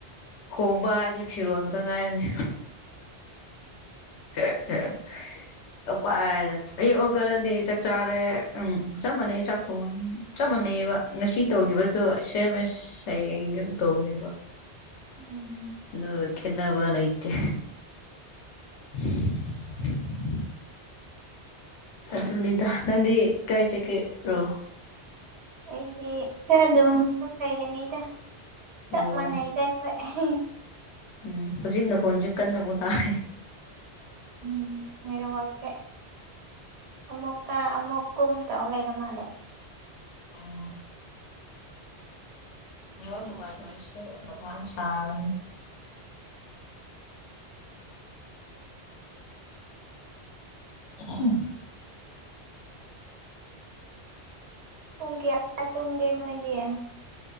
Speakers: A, on the left; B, on the right.
A: ꯍꯣꯡꯕ ꯍꯥꯏꯁꯦ ꯐꯤꯔꯣꯟꯜ ꯈꯛꯇ ꯉꯥꯏꯔꯅꯤ <unintelligible> <inaudible> ꯎ ꯑꯌꯛ ꯍꯧꯒꯠꯂꯅꯤ ꯆꯥꯛ ꯆꯥꯔꯦ ꯎꯝ ꯆꯞ ꯃꯥꯟꯅꯩ ꯆꯥꯛ ꯊꯣꯡꯑꯅꯤ ꯆꯞ ꯃꯥꯟꯅꯩꯑꯕ ꯉꯁꯤ ꯇꯧꯈꯤꯕꯗꯣ ꯁꯦꯝ ꯑꯦꯁ ꯍꯌꯦꯡꯡꯒ ꯑꯃꯨꯛ ꯇꯧꯕꯅꯦꯕ
B: ꯎꯝ
A: ꯅꯔ ꯀꯅꯕꯔꯩꯇꯦ <unintelligible> <inaudible> ꯑꯗꯨꯅꯤꯗ ꯅꯪꯗꯤ ꯀꯥꯏ ꯆꯠꯒꯦꯔꯣ
B: ꯑꯩꯗꯤ ꯈꯔ ꯑꯗꯨꯝ ꯂꯩꯒꯅꯤꯗ ꯆꯞ
A: ꯑꯣ
B: ꯃꯥꯟꯅꯩꯗ ꯑꯩꯈꯣꯏ ꯑ <unintelligible> <inaudible>
A: ꯎꯝ ꯍꯧꯖꯤꯛ ꯅꯈꯣꯟꯁꯨ ꯀꯟꯅ ꯑꯃꯨꯛ ꯇꯥꯔ
B: ꯎꯝ ꯃꯔ ꯋꯥꯁ ꯑꯃꯨꯀ ꯀ ꯑꯃꯨꯛ ꯀꯨꯝ ꯇꯥꯎ ꯂꯩꯔ ꯃꯥꯜꯂꯦ
A: ꯎꯝ ꯃ ꯋꯥꯅꯨꯡꯉ ꯑꯗꯨꯁ ꯃꯊꯪ ꯁꯅꯤ ꯑ <unintelligible> <inaudible>
B: ꯄꯨꯡ ꯀꯌꯥ ꯇꯨꯝꯒꯦ ꯅꯣꯏꯗꯤꯦ